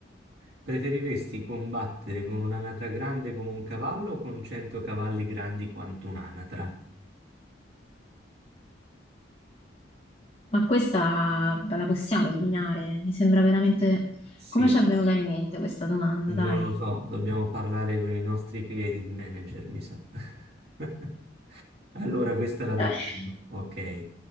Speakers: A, on the right (about 55°); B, on the left (about 30°).
A: preferiresti combattere con un'anatra grande come un cavallo o con 100 cavalli grandi quanto un'anatra?
B: Ma questa la possiamo eliminare? Mi sembra veramente...
A: Sì,
B: Come ci è venuta Sì. in mente questa domanda,
A: non
B: dai?
A: lo so, dobbiamo parlare con i nostri creative manager, mi sa. <laughs> Allora, questa la
B: Eh,
A: defino. Ok,